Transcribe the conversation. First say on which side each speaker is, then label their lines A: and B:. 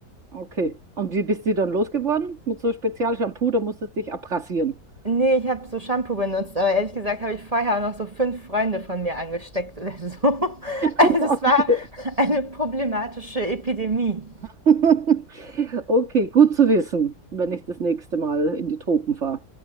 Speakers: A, on the right; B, on the right.
A: Okay. Und wie bist du dann losgeworden? Mit so Spezialshampoo, da musstest du dich abrasieren. <laughs>
B: Nee, ich habe so Shampoo benutzt, aber ehrlich gesagt habe ich vorher auch noch so fünf Freunde von mir angesteckt oder so. <laughs> Also
A: Okay.
B: es war eine problematische Epidemie.
A: <laughs> Okay, gut zu wissen, wenn ich das nächste Mal in die Tropen fahre.